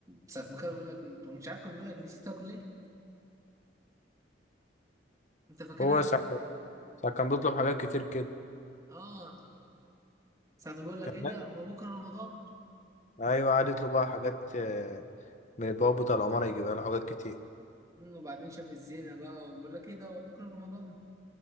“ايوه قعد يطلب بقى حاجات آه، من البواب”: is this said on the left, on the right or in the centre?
Left